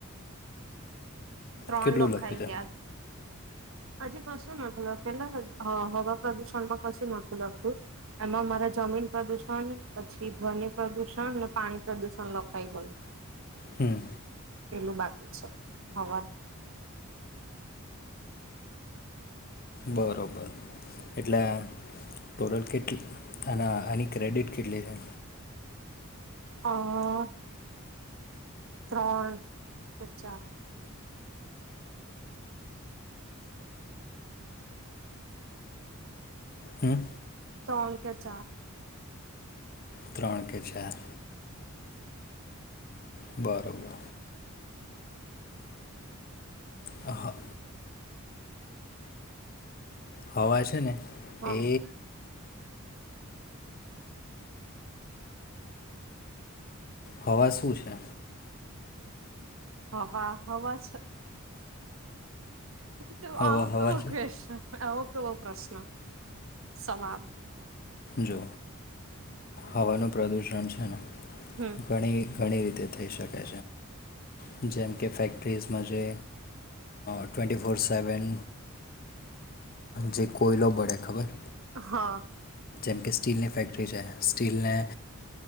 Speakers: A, on the right; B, on the left.
A: ત્રણ
B: કેટલું
A: લખાઈ
B: લખ્યું છે
A: ગયા હજી કશું નથી લખ્યું એટલે હવા પ્રદુષણમાં કશું નથી લખ્યું, એમાં મારા જમીન પ્રદુષણ, પછી ધ્વનિ પ્રદુષણ અને પાણી પ્રદુષણ લખાઈ ગયું.
B: હમ.
A: પેલું બાકી છે હવાનું.
B: બરોબર, એટલે ટોટલ કેટલી અને આની ક્રેડિટ કેટલી છે?
A: હ ત્રણ કચા
B: હમ
A: તોણ કે ચા
B: ત્રણ કે ચાર બરોબર. હહા હવા છે ને
A: હા
B: એ હવા શું છે.
A: હવા હવા છે. તો આવું
B: હવા હવા છે
A: ક કશ આવ. કેવો પ્રશ્ન સવાલ
B: જો હવાનું પ્રદુષણ છે ને
A: હમ
B: ઘણી ઘણી રી તે થઈ શકે છે જેમ કે ફેક્ટરીઝમાં જે ટ્વેન્ટી ફોર સેવન જે કોયલો બળે ખબર
A: હા
B: જે કે કે સ્ટીલની ફેક્ટરી છે સ્ટીલના